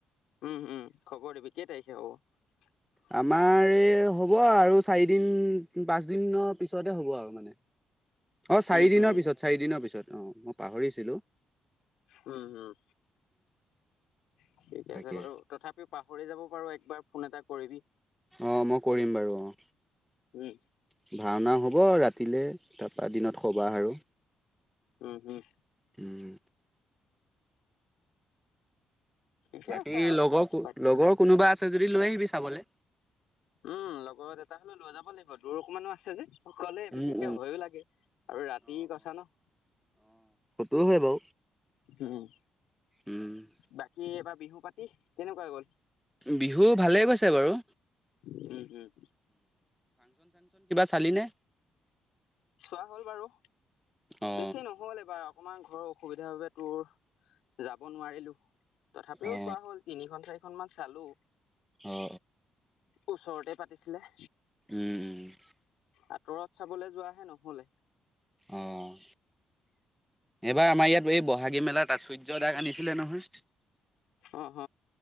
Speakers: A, on the left (about 80°); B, in the centre.
A: উম উম খবৰ দিবি কেই তাৰিখে হ'ব
B: আমাৰ এই হ'ব আৰু চাৰিদিন পাঁচদিনৰ পিছতে হ'ব আৰু মানে অঁ চাৰিদিনৰ
A: উম হম
B: পিছত চাৰিদিনৰ পিছত অঁ মই পাহৰিছিলোঁ
A: উম হম ঠিকে
B: তাকে
A: আছে বাৰু তথাপিওঁ পাহ কৰি যাব পাৰো একবাৰ ফোন এটা কৰিবি
B: অঁ মই কৰিম বাৰু অঁ
A: উম
B: ভাওঁনা হ'ব ৰাতি ৰাতিলৈ তাৰপৰা দিনত সবাহ আৰু
A: উম উম
B: উম।
A: ঠিকে
B: বাকী
A: আছে আৰু
B: লগৰ
A: পাতিব
B: লগৰ
A: লাগে
B: কোনোবা আছে যদি লৈ আহিবি চাবলে।
A: উম লগৰ এটা হলে লৈ যাব লাগিব দৌৰ অকনমানো আছে যে কলে
B: উম
A: বিশেষকে
B: উম
A: ভয়ো লাগে আৰু ৰাতিৰ কথা ন
B: য় হয় বাৰু
A: উম
B: উম।
A: বাকী এবাৰ বিহু পাতি কেনেকুৱা গ'ল
B: বিহু ভালে গৈছে বাৰু
A: উম হু
B: খালীনে
A: চোৱা হ'ল বাৰু
B: অ
A: বেছি নহল এইবাৰ অকমান অসুবিধা বাবে তোৰ যাব নোৱাৰিলো তথাপিও
B: অ অ
A: চোৱা হ'ল তিনি ঘণ্টাই অকনমান চালো
B: অ
A: ওচৰতে পাতিছিলে
B: উম উম
A: আঁতৰত চাবলৈ যোৱাহে নহলে
B: অঁ এইবাৰ আমাৰ ইয়াত এই বস্ত ভাগি মেলা তাত চৈ যদাক আনিছিলে নহয়
A: অ হ